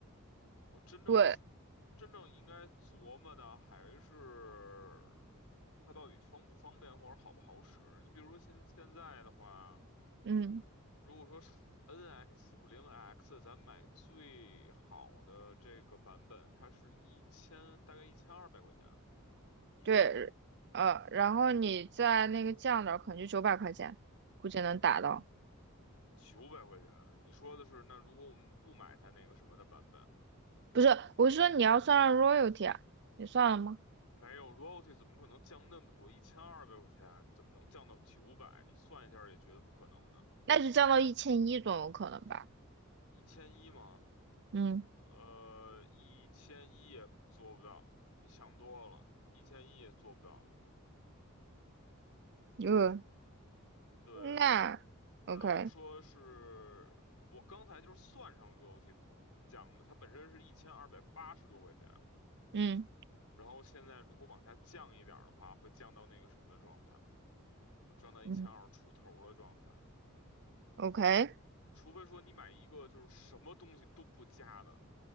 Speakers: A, on the left; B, on the right.
A: 我真正是
B: 对，
A: 真正应该琢磨的还是它到底方不方便或者好不好使。你比如说现现在的话。
B: 嗯，
A: 如果说 NX 四五零 X，咱买最好的这个版本，它是一千，大概一千二百块钱一个月，
B: 对，呃，然后你在那个降点儿，可能就九百块钱，估计能打到。
A: 九百块钱。你说的是，那如果我们不买它那个什么的版本，
B: 不是，我是说你要算上 royalty 啊，你算了吗？
A: 没有 royalty 怎么可能降那么多？一千二百块钱怎么能降到九百？你算一下也觉得不可能呢。
B: 那就降到一千一总有可能吧。
A: 一千一吗？
B: 嗯，
A: 呃，一千一也做不到，你想多了，一千一也做不到。
B: 呃，
A: 对，
B: 那
A: 只能说是我刚才就是算上
B: OK，
A: royalty 降的，它本身是一千二百八十多块钱，
B: 嗯
A: 然后现在如果往下降一点儿的话，会降到那个什么的状态，会降到一千二出头的状态，
B: 嗯，OK，
A: 除非说你买一个就是什么东西都不加的，